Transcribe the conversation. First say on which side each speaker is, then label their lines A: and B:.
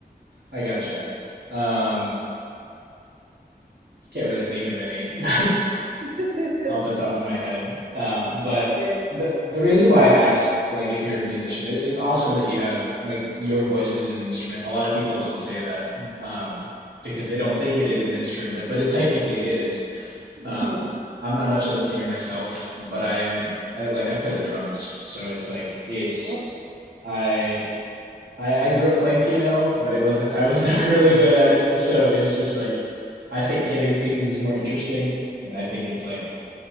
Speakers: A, on the right (about 80°); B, on the right (about 55°).
A: I gotcha. Um, can't really think of any. <laughs>
B: do. <laughs>
A: off the top of my head. Um, but
B: Yeah.
A: the the reason why I asked, like, if you're a musician, it, it's awesome that you have like your voice is an instrument. A lot of people don't say that um, because they don't think it is an instrument, but but it technically is.
B: Mhm.
A: Um, I'm not much of a singer myself, but I am. I like I play the drums, so it's like it's
B: Wow.
A: I. I, I grew up playing piano, but it wasn't, I was <laughs> never really good at it. So it was just like, I think hitting things is more interesting. And I think it's like,